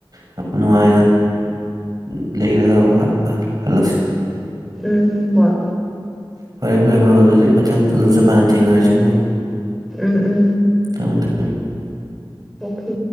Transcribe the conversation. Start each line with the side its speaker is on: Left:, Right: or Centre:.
Right: ꯌꯥꯝ ꯅꯨꯡꯉꯥꯏꯅ <unintelligible> ꯂꯩꯔꯒ ꯑꯃꯨꯛ ꯍꯜꯂꯛꯁꯤ
Centre: ꯎꯝ ꯍꯣꯏ
Right: ꯐꯔꯦ ꯐꯔꯦ ꯃꯔꯨꯞ ꯑꯗꯨꯗꯤ ꯃꯊꯪ ꯑꯗꯨ ꯆꯠꯀꯥꯟꯗ ꯊꯦꯡꯅꯔꯁꯤꯀꯣ
Centre: ꯎꯝ ꯎꯝ
Right: ꯊꯃꯦ ꯊ
Centre: ꯑꯣꯈꯦ